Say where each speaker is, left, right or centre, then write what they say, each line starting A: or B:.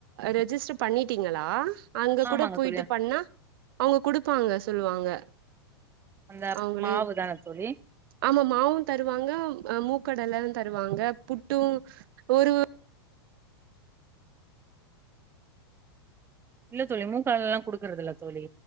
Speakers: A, on the right; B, on the right.
A: ரெஜிஸ்டர் பண்ணிட்டீங்களா அங்க
B: ஆமாங்க
A: கூட போயிட்டு
B: தோழி
A: பண்ணா அவுங்க குடுப்பாங்க சொல்லுவாங்க
B: அந்த
A: அவங்களே
B: மாவுதான தோழி
A: ஆமா மாவுந் தருவாங்க ஆ மூக்கடல்லா தருவாங்க புட்டுந் ஒரு
B: இல்ல தோழி மூக்கடலல்லா குடுக்கறதில்ல தோழி